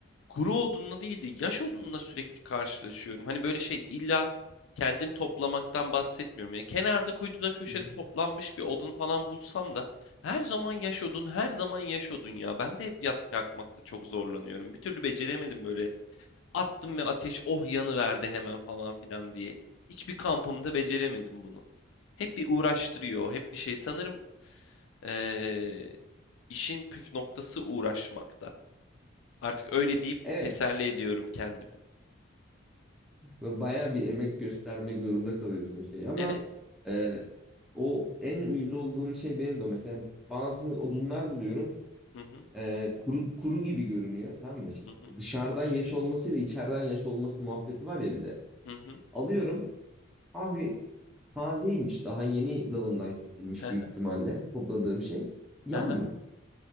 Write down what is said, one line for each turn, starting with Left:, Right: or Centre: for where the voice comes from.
Left: kuru odunla değil de yaş odunla sürekli karşılaşıyorum. Hani böyle şey illa kendim toplamaktan bahsetmiyorum. Yani kenarda kuytuda köşede
Centre: Hı hı.
Left: toplanmış bir odun falan bulsam da her zaman yaş odun, her zaman yaş odun ya. Ben de hep yat yakmakta çok zorlanıyorum. Bir türlü beceremedim böyle. Attım ve ateş oh yanıverdi hemen falan filan diye. Hiçbir kampımda beceremedim bunu. Hep bir uğraştırıyor, hep bir şey. Sanırım eee, işin püf noktası uğraşmakta. Artık öyle deyip
Centre: Evet.
Left: teselli ediyorum kendimi.
Centre: Ve bayağı bir emek göstermek zorunda kalıyorsun şey ama
Left: Evet.
Centre: e, o en uyuz olduğum şey benim de o. Mesela bazı odunlar buluyorum
Left: Hı hı,
Centre: e, kuru, kuru gibi görünüyor tamam mı? Şey,
Left: hı hı,
Centre: Dışarıdan yaş olmasıyla içeriden yaş olması muhabbeti var ya bir de.
Left: hı hı,
Centre: Alıyorum abi tazeymiş daha yeni dalından kesilmiş
Left: <laughs>
Centre: büyük ihtimalle topladığım şey yanmıyor.
Left: hı hı,